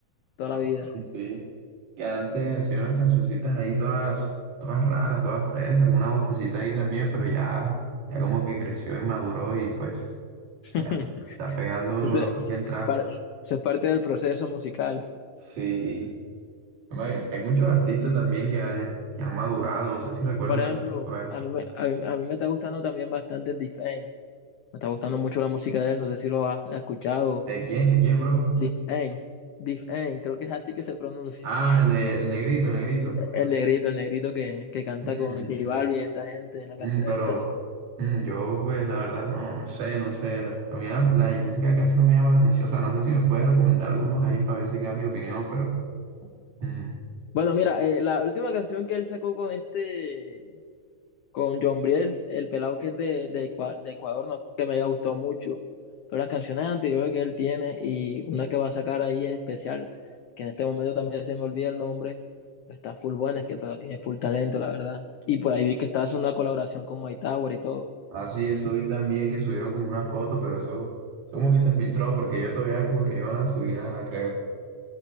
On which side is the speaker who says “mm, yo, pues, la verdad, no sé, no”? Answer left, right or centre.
Right